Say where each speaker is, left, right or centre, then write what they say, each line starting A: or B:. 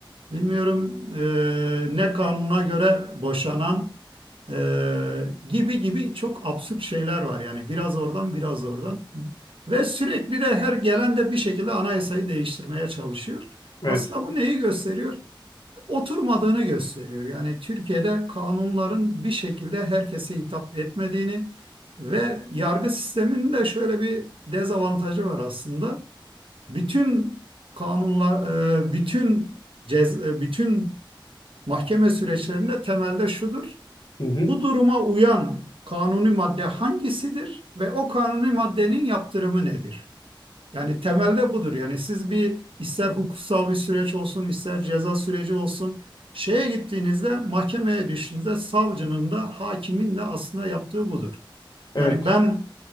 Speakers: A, on the right; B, on the left.
A: bilmiyorum e, ne kanuna göre boşanan e, gibi gibi çok absürt şeyler var. Yani biraz oradan biraz oradan ve sürekli de her gelen de bir şekilde anayasayı değiştirmeye çalışıyor.
B: Evet.
A: Aslında bu neyi gösteriyor? oturmadığını gösteriyor. Yani Türkiye'de kanunların bir şekilde herkese hitap etmediğini ve yargı sisteminin de şöyle bir dezavantajı var aslında. Bütün kanunlar, e, bütün cez, e, bütün mahkeme süreçlerinde temelde şudur.
B: Hı hı.
A: Bu duruma uyan kanuni madde hangisidir ve o kanuni maddenin yaptırımı nedir? Yani temelde budur. Yani siz bir ister hukuksal bir süreç olsun, ister ceza süreci olsun, şeye gittiğinizde, mahkemeye düştüğünüzde savcının da hakimin de aslında yaptığı budur.
B: Evet.
A: Yani ben